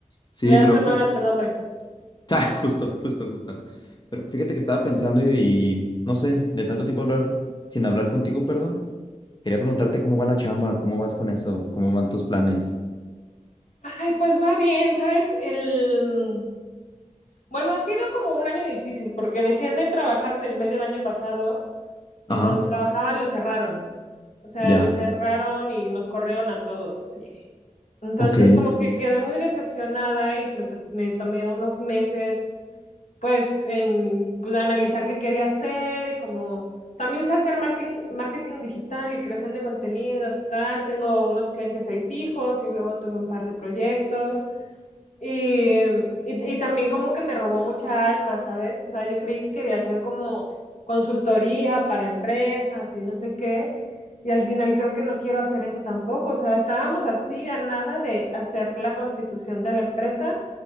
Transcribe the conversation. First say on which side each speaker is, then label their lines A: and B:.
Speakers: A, on the left (about 35°); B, on the left (about 65°).
A: Sí,
B: Le hace
A: pero...
B: honor
A: fí-
B: a su nombre.
A: <laughs> Ah, justo, justo, justo. Pero fíjate que estaba pensando y, y no sé, de tanto tiempo hablar, sin hablar contigo, perdón. Quería preguntarte cómo va la chamba, cómo vas con eso, cómo van tus planes.
B: Ay, pues va bien, ¿sabes? El... Bueno, ha sido como un año difícil porque dejé de trabajar en el medio del año pasado,
A: Ajá.
B: en donde trabajaba lo cerraron. O sea,
A: Ya.
B: lo cerraron y nos corrieron a todos así. Entonces,
A: Ok.
B: como que quedé muy decepcionada y me, me tomé unos meses, pues, en pues, analizar qué quería hacer y como también sé hacer marketing, marketing digital y creación de contenidos y tal. Tengo unos clientes ahí fijos y luego tuve un par de proyectos. Y, y- y también como que me robó mucha alma, ¿sabes? O sea, yo creí que quería hacer como consultoría para empresas y no sé qué. Y al final creo que no quiero hacer eso tampoco. O sea, estábamos así a nada de hacer la constitución de la empresa.